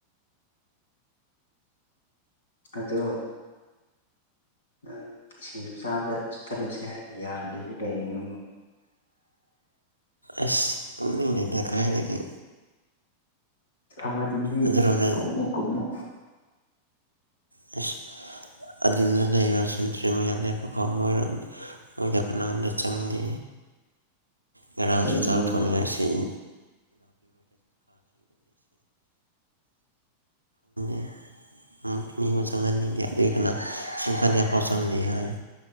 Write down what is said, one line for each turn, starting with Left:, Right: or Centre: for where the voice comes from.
Left: ꯑꯗꯣ ꯅꯪ ꯁꯤꯡꯖꯨ ꯆꯥꯕ ꯆꯠ ꯆꯠꯂꯨꯁꯦ ꯍꯥꯏꯔ ꯌꯥꯗꯁꯨ ꯀꯔꯤꯒꯤꯅꯣ
Right: ꯑꯁ ꯀꯨꯝꯅꯤꯡꯉꯩꯗ ꯀꯥꯏꯗꯒꯤ
Left: ꯑꯥꯃꯗꯨꯗꯤ
Right: ꯑꯗꯨꯔꯣꯝꯗ
Left: ꯀꯨꯝꯃꯨ ꯀꯨꯝꯃꯨ
Right: <unintelligible> ꯃꯣꯏꯗ ꯀꯅꯥꯝꯇ ꯆꯪꯗꯦ ꯉꯔꯥꯡꯁꯨ
Left: ꯀꯩꯒꯤꯅꯣꯕ
Right: ꯆꯥꯛ ꯊꯣꯟꯉꯥꯏ ꯁꯤꯏ <unintelligible> ꯃꯤꯕꯨ ꯆꯪꯍꯟꯅꯤꯡꯗꯦ ꯑꯗꯨꯏ <unintelligible> ꯆꯪꯗꯦ ꯍꯥꯏ